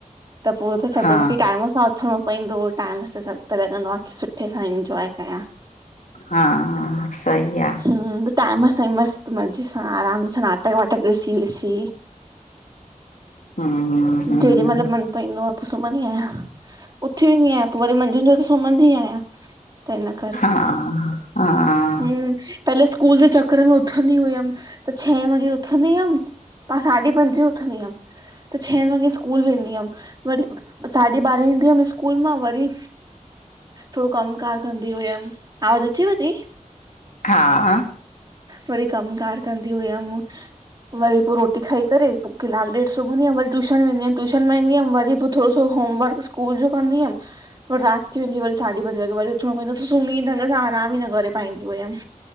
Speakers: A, on the right; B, on the left.
A: त पो त छा
B: हा
A: चएबो आ किटाइम सां उथिणों पईंदो टाइम सां सभु, त लॻंदो आ की सुठे सां इन्जॉय कयां।
B: हा सही आ
A: हम्म, टाइम सां ई मस्तू मज़े सां आराम सां नाटक वाटक ॾिसी विसी
B: हम्म हम्म
A: जेॾीमल मन पईंदो आ पो सुम्हदी आहियां उथी वेंदी आहियां पो वरी मंझंदि जो त सुम्हंदी ई आहियां त इन्ह करे
B: हा -हा
A: हम्म, पहले स्कूल जे चक्कर में उथंदी हुयमि, त छहे वॻे उथंदी हमि। मां साढी पंजे उथंदी हमि, त छहे वॻे स्कूल वेंदी हमि वरी साढी ॿारहें ईंदी हमि स्कूल मां वरी थोड़ो कमकार कंदी हुयम, आवाज़ अचेव ती?
B: हा।
A: वरी कम कार कंदी हुयम वरी पो रोटी खाई करे पो किलाकु ॾेढ सुम्हंदी हम वरी टूशन वेंदी हम ट्यूशन मां ईंदीहमि वरी पो थोड़ो सो होमवर्क स्कूल जो कंदी हुअमि पर राति वेंदी, वरी साढी पंजे वॻे वरी उथिणो पईंदो त सुम्ही ढंग सां आराम ई न करे पाईंदी हुयमि।